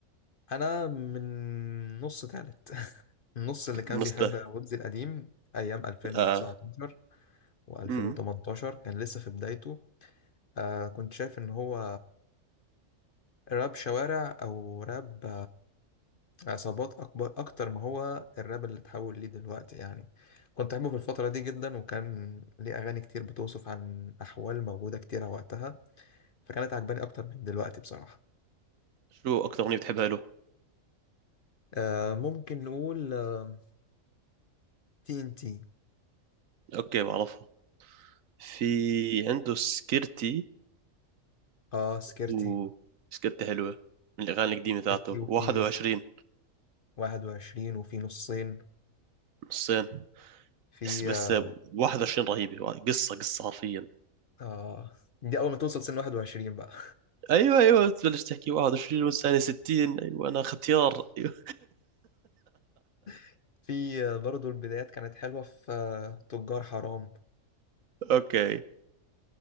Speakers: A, on the left (about 50°); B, on the right (about 80°).
A: انا من نص تالت <laughs> النص اللي كان
B: من
A: بيحب
B: نص ده
A: ويجز القديم ايام 2019
B: آه
A: و2018
B: مم.
A: كان لسه في بدايته آه كنت شايف ان هو راب شوارع او راب عصابات أكبر أكتر ما هو الراب اللي اتحول ليه دلوقتي يعني كنت أحبه في الفترة دي جدا وكان ليه أغاني كتير بتوصف عن أحوال موجودة كتيرة وقتها فكانت عجباني أكتر من دلوقتي بصراحة
B: شو أكثر أغنية بتحبها له؟
A: آه ممكن نقول آه تي إن تي
B: أوكي بعرفها في عنده سكرتي
A: آه سكرتي
B: و سكرتي حلوة من الأغاني القديمة تاعته
A: سكرتي وفي
B: 21
A: واحد وعشرين وفي نصين
B: الصين
A: في
B: بس بس
A: آه
B: 21 رهيبة قصة قصة حرفيا
A: آه، دي أول ما توصل سن واحد وعشرين بقى
B: ايوه ايوه تبلش تحكي 21 والثانية 60 ايوه انا ختيار أيوة.
A: <laughs> في آه برضو البدايات كانت حلوة في آه تجار حرام
B: <laughs> اوكي